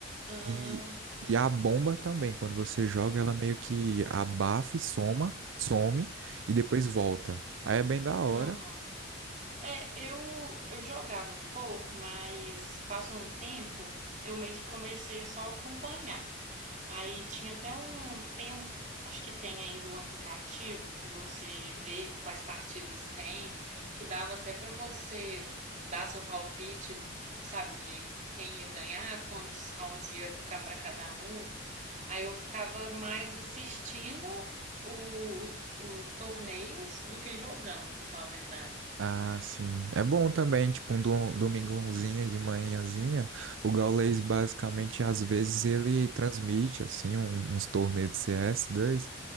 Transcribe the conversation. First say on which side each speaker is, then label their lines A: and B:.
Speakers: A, on the right (about 40°); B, on the right (about 75°).
A: Ah,
B: E, e a bomba também, quando você joga, ela meio que abafa e soma, some e depois volta. Aí é bem da hora.
A: aham. É, eu, eu jogava um pouco, mas passou um tempo, eu meio que comecei a só acompanhar. Aí tinha até um, tem um, acho que tem ainda um aplicativo que você vê quais partidas tem, que dava até pra você dar seu palpite, sabe, de quem ia ganhar, quantos rounds ia ficar pra cada um. Aí eu ficava mais assistindo o- os, os torneios do que jogando, pra falar a verdade.
B: Ah, sim. É bom também, tipo, um do- domingãozinho de manhãzinha. O Gaules, basicamente, às vezes ele transmite, assim, um- uns torneios de cs dois